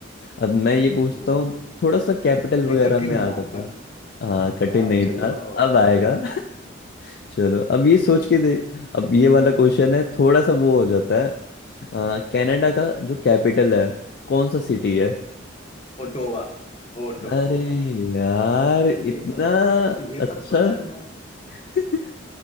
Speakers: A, on the left; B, on the left.
A: अब मैं ये पूछता
B: हाँ
A: हूँ थोड़ा सा कैपिटल वगैरह
B: ये कठिन
A: में आ
B: कहाँ
A: जाता
B: था
A: हूँ हाँ कठिन
B: हाँ
A: नहीं
B: चलो
A: था
B: आओ
A: अब
B: आओ
A: आएगा <laughs> चलो अब
B: <laughs>
A: ये सोच के दे अब ये वाला क्वेश्चन है थोड़ा सा वो हो जाता है आ, कनाडा का जो कैपिटल है कौन सा सिटी है
B: Ottawa Ottawa
A: अरे यार इतना
B: ये सब ये
A: अच्छा
B: सब तो यार मैं
A: <laughs>